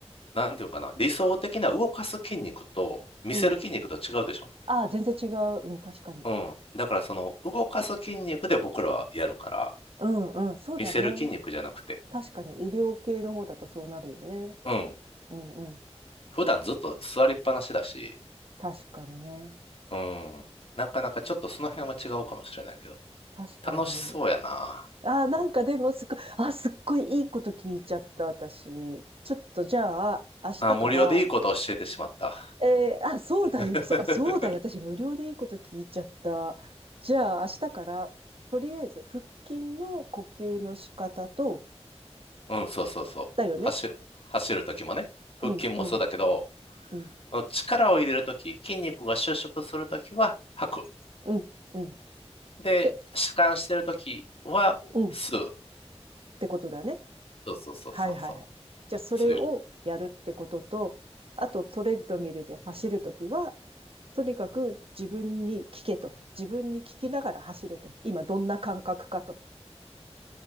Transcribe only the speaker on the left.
なんていうかな、理想的な動かす筋肉と見せる筋肉と違うでしょ
うん。だからその動かす筋肉で僕らはやるから、
見せる筋肉じゃなくて、
うん。
普段ずっと座りっぱなしだし、
うん。なかなかちょっとその辺は違うかもしれないけど、
楽しそうやな。
あ、無料でいいことを教えてしまった。
<laughs>
うん、そうそうそう。
走、走るときもね、腹筋もそうだけど、
力を入れるとき、筋肉が収縮するときは吐く。
で、
弛緩してるときは、
吸う。
そうそうそうそうそう。
そういう、